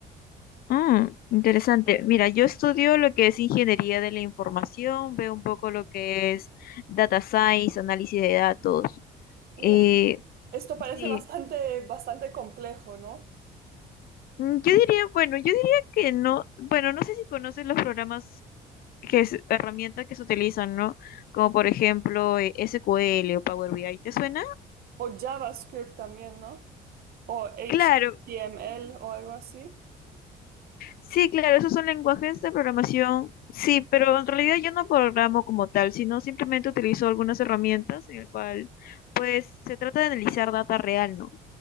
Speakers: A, on the left; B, on the right.
A: Ah, interesante. Mira, yo estudio lo que es ingeniería de la información, veo un poco lo que es data science, análisis de datos.
B: Uh,
A: Eh,
B: esto parece
A: sí.
B: bastante, bastante complejo, ¿no?
A: Mm, Yo diría, bueno, yo diría que no, bueno, no sé si conoces los programas que es herramientas que se utilizan, ¿no? Como por ejemplo eh, SQL o Power BI, ¿te suena?
B: O JavaScript también, ¿no? O HTML
A: Claro,
B: o algo así.
A: sí, claro, esos son lenguajes de programación, sí, pero en realidad yo no programo como tal, sino simplemente utilizo algunas herramientas en el cual, pues, se trata de analizar data real, ¿no?